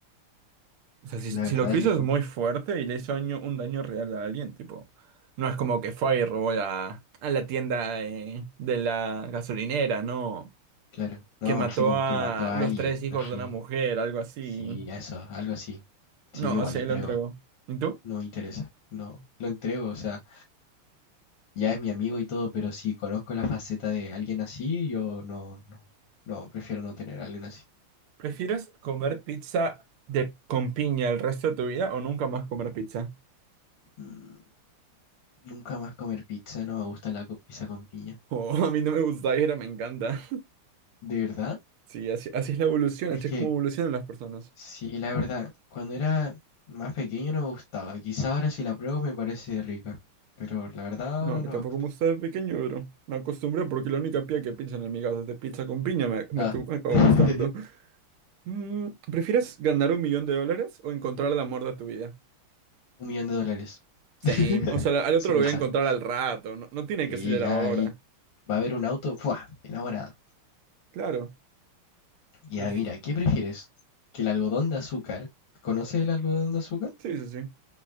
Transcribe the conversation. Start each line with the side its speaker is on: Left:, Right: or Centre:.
Right: O sea, si,
Left: La
Right: si
Left: verdad
Right: lo que
Left: yo,
Right: hizo es muy fuerte y le hizo daño- un daño real a alguien, tipo, no es como que fue y robó la, a la tienda eh, de la gasolinera, ¿no?
Left: claro, no,
Right: Que mató
Left: así como
Right: a
Left: que mató a
Right: los
Left: alguien,
Right: tres hijos
Left: así,
Right: de una mujer, algo así.
Left: sí, eso, algo así.
Right: No,
Left: Sí, yo igual
Right: sí,
Left: lo entrego,
Right: lo entregó. ¿Y tú?
Left: no me interesa, no, lo entrego, o sea, ya es mi amigo y todo, pero si conozco la faceta de alguien así, yo no, no, no, prefiero no tener a alguien así.
Right: ¿Prefieres comer pizza de, con piña el resto de tu vida o nunca más comer pizza?
Left: Mm, Nunca más comer pizza, no me gusta la co- pizza con piña.
Right: Oh, <laughs> a mí no me gusta, pero me encanta.
Left: ¿De verdad?
Right: Sí, así, así es la evolución,
Left: Es
Right: así
Left: que,
Right: es como evolucionan las personas.
Left: sí, la verdad, cuando era más pequeño no me gustaba. Quizá ahora si la pruebo me parece rica, pero la verdad ahora
Right: No, a mí
Left: no
Right: tampoco
Left: me gusta.
Right: me gusta de pequeño, pero me acostumbré porque la única pía que pienso en amigas de pizza con piña me, me,
Left: Ah,
Right: tu- me acabó
Left: <laughs>
Right: gustando. Mm, ¿prefieres ganar un millón de dólares o encontrar el amor de tu vida?
Left: un millón de dólares. <laughs>
Right: Same. O sea, al otro
Left: Sin
Right: lo
Left: pensarlo.
Right: voy a encontrar al rato. No, no tiene
Left: Sí,
Right: que ser
Left: ya
Right: ahora.
Left: ahí va a haber un auto, ¡fua! Enamorado.
Right: Claro.
Left: Ya,
Right: prefi-
Left: mira, ¿qué prefieres? ¿Que el algodón de azúcar, ¿conoces el algodón de azúcar?
Right: Sí, sí, sí.